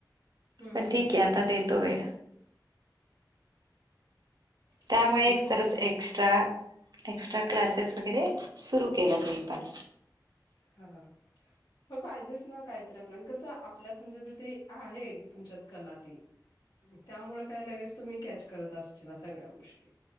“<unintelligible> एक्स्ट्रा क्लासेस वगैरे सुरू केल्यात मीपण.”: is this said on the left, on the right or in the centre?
Right